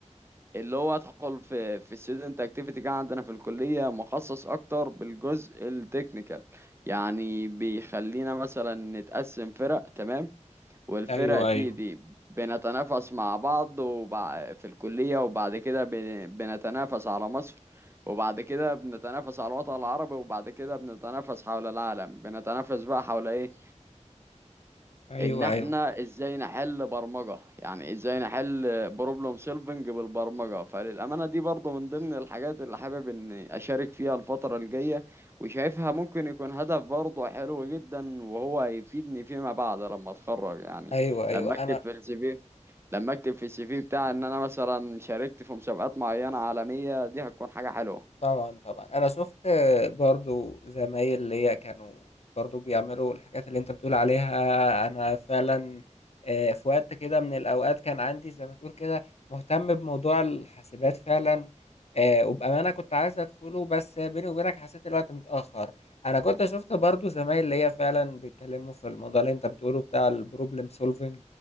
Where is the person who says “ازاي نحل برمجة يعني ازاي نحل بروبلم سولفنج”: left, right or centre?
Right